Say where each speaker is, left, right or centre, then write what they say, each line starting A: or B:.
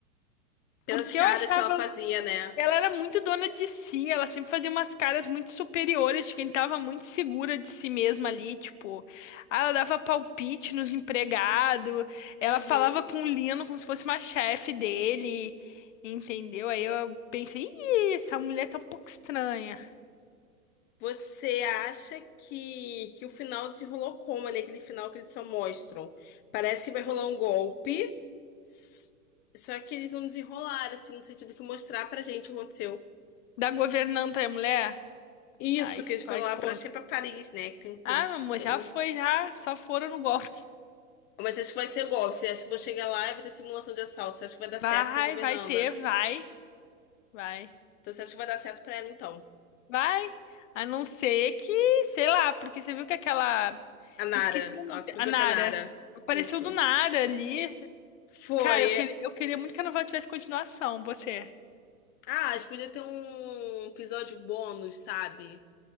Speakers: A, on the left; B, on the left.
A: Pelas
B: Porque
A: caras
B: eu achava
A: que ela fazia, né?
B: Ela era muito dona de si, ela sempre fazia umas caras muito superiores de quem tava muito segura de si mesma ali, tipo, ah, ela dava palpite nos empregados, ela
A: Uhum.
B: falava com o Lino como se fosse uma chefe dele, entendeu? Aí eu pensei, Ih, essa mulher tá um pouco estranha.
A: Você acha que, que o final desenrolou como ali, aquele final que eles só mostram? Parece que vai rolar um golpe, s- só que eles não desenrolaram, assim, no sentido que mostrar pra gente o que aconteceu.
B: Da governanta é a mulher?
A: Isso,
B: A, es-
A: que eles foram
B: a esposa.
A: lá pra, acho que é pra Paris, né? Que tem um tempo
B: Ah, meu amor,
A: que
B: já
A: eu não.
B: foi, já, só foram no golpe.
A: Mas acho que vai ser golpe. Você acha que vou chegar lá e vai ter simulação de assalto? Você acha que vai dar certo
B: Vai,
A: pra governanda?
B: vai ter, vai, vai.
A: Então você acha que vai dar certo pra ela, então?
B: Vai, a não ser que, sei lá, porque você viu que aquela.
A: A Nara.
B: Me esqueci o nome.
A: Ela cruzou
B: A Nara.
A: com a Nara.
B: Apareceu
A: Isso.
B: do nada ali.
A: Foi.
B: Cara, eu, queria eu queria muito que a novela tivesse continuação, você.
A: Ah, acho que podia ter um episódio bônus, sabe?